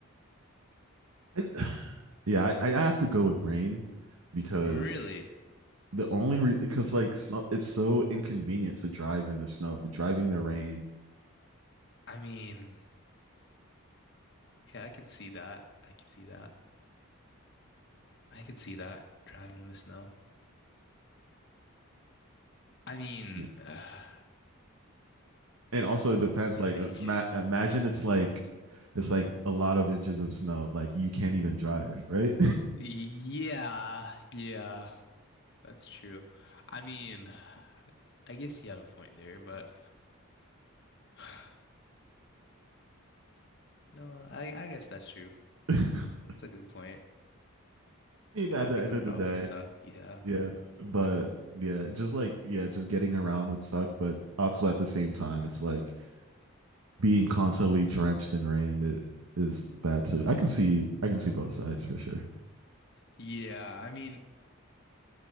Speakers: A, on the right; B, on the left.
A: I, <sighs> yeah, I, I have to go with rain because
B: Really?
A: the only re- because like snow, it's so inconvenient to drive in the snow, but driving in the rain.
B: I mean, okay, I could see that. I could see that. I could see that driving in the snow. I mean,
A: Yeah.
B: uh,
A: And also it depends.
B: let me
A: Like
B: think.
A: uh, ma- imagine it's like it's like a lot of inches of snow. Like you can't even drive, right?
B: Yeah, yeah. That's true. I mean, I guess you have a point there, but <sighs> no, I I guess that's true.
A: <laughs>
B: That's a good point.
A: Maybe
B: Driving
A: at the end
B: would
A: of
B: probably
A: the day,
B: suck. Yeah.
A: yeah. But yeah, just like yeah, just getting around would suck. But also at the same time, it's like being constantly drenched in rain is that too. I can see I can see both sides for sure.
B: Yeah, I mean,